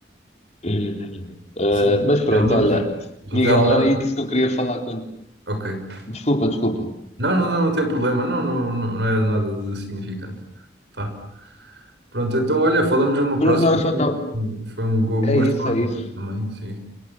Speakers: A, on the left; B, on the right.
A: <laughs> Eh,
B: Sim,
A: mas
B: realmente
A: pronto, olha.
B: revela.
A: Miguel, era isso que eu queria falar contigo.
B: Ok.
A: Desculpa, desculpa.
B: Não, não, não, não tem problema. Não, não, não não era nada de significante. Tá. Pronto, então olha, falamos uma
A: Pronto,
B: próxima.
A: Não, eu só
B: Foi
A: tá...
B: um, foi um, go- um
A: É
B: gosto
A: isso,
B: falar
A: é
B: contigo
A: isso.
B: também. Sim,